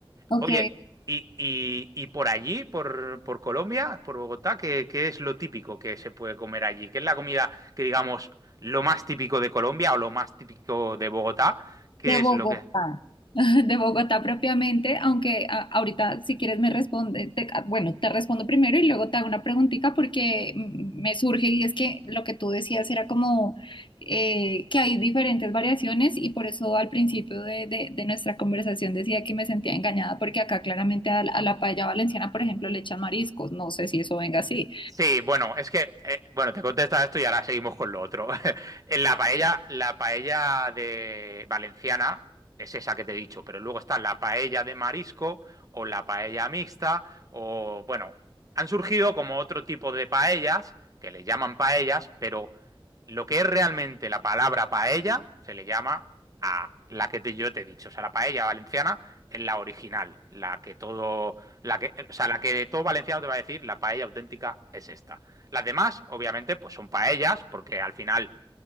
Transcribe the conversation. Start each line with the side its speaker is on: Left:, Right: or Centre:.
Left: Ok,
Right: Oye, y, y- y por allí, por, por Colombia, por Bogotá, ¿qué, qué es lo típico que se puede comer allí? ¿Qué es la comida que digamos lo más típico de Colombia o lo más típico de Bogotá? ¿Qué
Left: De Bogotá,
Right: es lo que...
Left: <laughs> de Bogotá propiamente, aunque a- ahorita si quieres me responde, te- ah, bueno, te respondo primero y luego te hago una preguntita porque mm, me surge y es que lo que tú decías era como eh, que hay diferentes variaciones y por eso al principio de, de- de nuestra conversación decía que me sentía engañada porque acá claramente a, la a la paella valenciana, por ejemplo, le echan mariscos, no sé si eso venga así.
Right: Sí, bueno, es que, eh, bueno, te contesta esto y ahora seguimos con lo otro. <laughs> En la paella, la paella de valenciana es esa que te he dicho, pero luego está la paella de marisco o la paella mixta o, bueno, han surgido como otro tipo de paellas que le llaman paellas, pero lo que es realmente la palabra paella se le llama a la que te- yo te he dicho, o sea, la paella valenciana es la original, la que todo, la que, o sea, la que de todo valenciano te va a decir la paella auténtica es esta. Las demás, obviamente, pues son paellas, porque al final